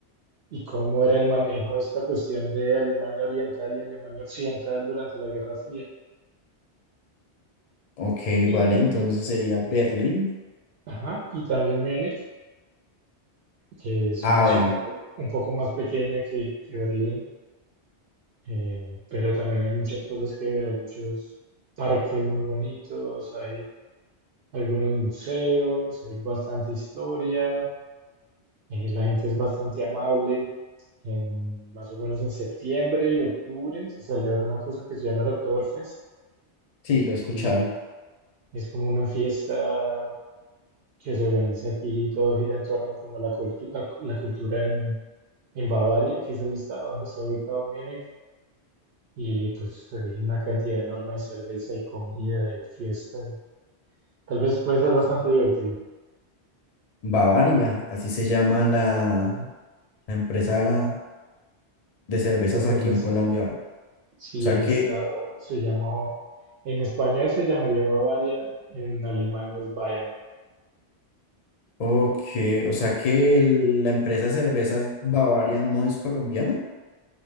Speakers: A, on the right (about 65°); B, on the left (about 45°).
A: y cómo era el manejo de esta cuestión de Alemania Oriental y Alemania Occidental durante la Guerra Fría.
B: Ok,
A: Y,
B: vale, entonces sería Berlín.
A: ajá, y también Múnich, que es
B: Ah,
A: una ciudad
B: bueno,
A: un poco más pequeña que, que Berlín, eh, pero también hay muchas cosas que ver, hay muchos parques muy bonitos, hay algunos museos, hay bastante historia, eh, la gente es bastante amable. En, más o menos en septiembre y octubre se celebra una cosa que se llama el Oktoberfest
B: sí, lo he escuchado.
A: y es como una fiesta que se organiza aquí y todo gira en torno como a la, cultu- a la cultura en, en Bavaria, que es el estado donde está ubicado Múnich, y pues hay una cantidad enorme de cerveza y comida y fiesta. y tal vez puede ser bastante divertido
B: Bavaria, así se llama la, la empresa de cervezas
A: de cerveza.
B: aquí en Colombia.
A: Sí,
B: O sea
A: el
B: que,
A: estado se llamó, en español se llamaría Bavaria, en alemán es Bayern.
B: ok, o sea que el- la empresa de cervezas Bavaria no es colombiana.